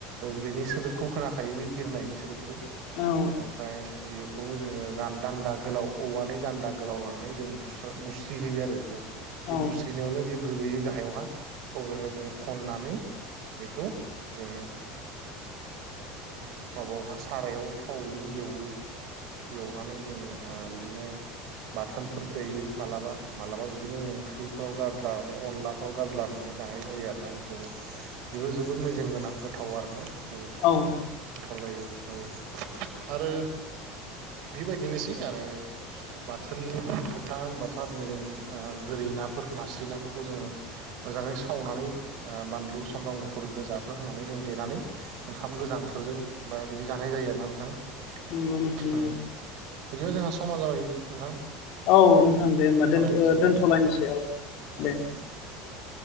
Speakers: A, on the right; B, on the left.
A: बेनि सोदोबखौ खोनाखायो बे बिरनायनि सोदोबखौ
B: औ
A: ओमफ्राय बेयो बे खौबो जोङो गा दान्दा गोलाव औवानि दान्दा गोलाव लानानै जों बु बुस्रिहैयो आरो। बे
B: औ
A: बुस्रिनायावनो बे गोगलैयो गाहायावहा अब्लानो जोङो खननानै बेखौ जोङो ओ माबायावहा सारायाव थावजों एवो एवनानै जों बिदिनो बाथोनफोर दैयो माब्लाबा माब्लाबा बिदिनो ओंख्रिफ्राव गारज्लानानै अनलाफोराव गारज्लानानै जानाय जायो आरोना औ बेबो जोबोद मेजेम गोनां गोथाव आरोना जोबोद
B: औ
A: गोथाव जायो औ आरो बेबायदिनोसै आरो बाथोननि खोथा बाथ' आरो जों ओ गोरै ना फोर नास्रि नाफोरखौ जोङो मोजाङै सावनानै बानलु सामब्राम गुफुर गोजाफोर होनानै जों देनानै ओंखाम गोजांफोरजों बा बिदि जानाय जायो आरोना नों
B: नंगौ नोंथां नंगौ
A: थां ओम बिदिबा जोंहा समा जाबाय नोंथां।
B: औ
A: जों
B: नोंथां दे होमबा
A: दोनथ'लायनोसै
B: दोन
A: बिदिबा
B: दोनथ'लायनोसै
A: औ
B: दे
A: औ दे